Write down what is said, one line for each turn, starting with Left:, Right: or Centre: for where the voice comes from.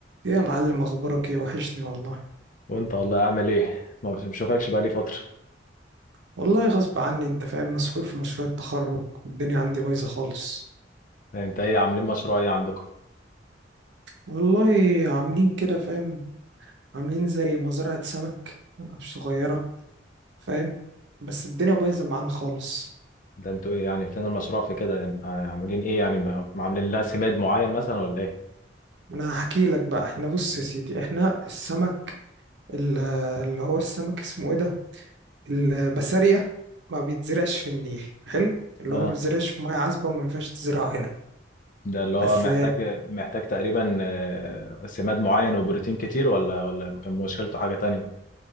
Right: ايه يا معلم اخبارك ايه وحشني والله
Left: وانت والله عامل ايه ما بشوفكش بقالي فترة
Right: والله غصب عني انت فاهم مسحول في مشروع التخرج والدنيا عندي بايظه خالص
Left: يعني انت ايه عاملين مشروع ايه عندكم
Right: والله عاملين كده فاهم عاملين زي مزرعه سمك مش صغيره فاهم بس الدنيا بايظه معانا خالص
Left: ده انتوا ايه يعني فين المشروع في كده يعني آه، عاملين ايه يعني ما- ما عاملين لها سماد معين مثلا ولا ايه
Right: انا هحكي لك بقى احنا بص يا سيدي احنا السمك ال- اللي هو السمك اسمه ايه ده البسارية ما بيتزرعش في النيل حلو اللي
Left: اه
Right: هو ما بيتزرعش في ميه عذبه وما ينفعش تزرعه هنا
Left: ده اللي
Right: بس
Left: هو محتاج محتاج تقريبا آه، سماد معين وبروتين كتير ولا ولا كان مشكلته حاجة تانية